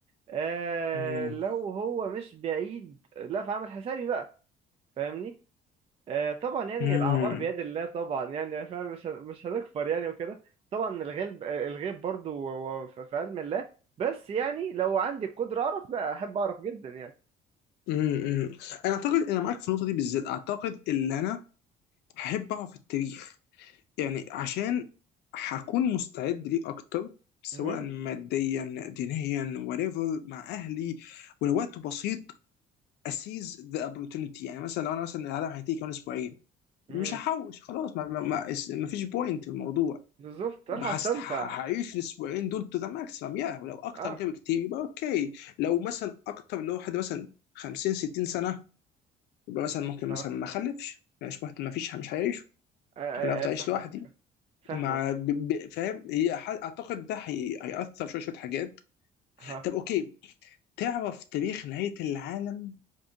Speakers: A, on the right; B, on the left.
A: آه
B: مم.
A: لو هو مش بعيد لا فاعمل حسابي بقى فاهمني آه، طبعا يعني
B: مم.
A: الاعمار بيد الله طبعا يعني فاهم مش هن- مش هنكفر يعني وكده طبعا الغيب آه، الغيب برضو هو- هو في في علم الله بس يعني لو عندي القدره اعرف لا احب اعرف جدا يعني
B: مم. انا اعتقد انا معاك في النقطة دي بالذات اعتقد ان انا هحب اعرف التاريخ يعني عشان هكون مستعد ليه اكتر سواء
A: امم
B: ماديا دينيا whatever مع اهلي ولو وقت بسيط اسيز ذا opportunity يعني مثلا لو انا مثلا العالم هينتهي كمان اسبوعين
A: امم
B: مش هحوش خلاص ما, ما, ما, ما فيش بوينت في الموضوع
A: بالظبط
B: بحس
A: الحق استمتع
B: ه- هعيش الاسبوعين دول تو ذا ماكسيمم يا ولو اكتر
A: اه
B: من كده بكتير يبقى اوكي لو مثلا اكتر اللي هو حد مثلا 50 60 سنه يبقى مثلا ممكن
A: ها
B: مثلا ما اخلفش مش مهتم ما فيش مش هيعيش
A: آه، آه،
B: ممكن افضل
A: آه،
B: اعيش
A: فاهمك
B: لوحدي
A: فاهمك
B: مع ب- ب- فاهم هي ح- اعتقد ده هي- هيأثر شويه شويه حاجات
A: ها
B: طب اوكي تعرف تاريخ نهايه العالم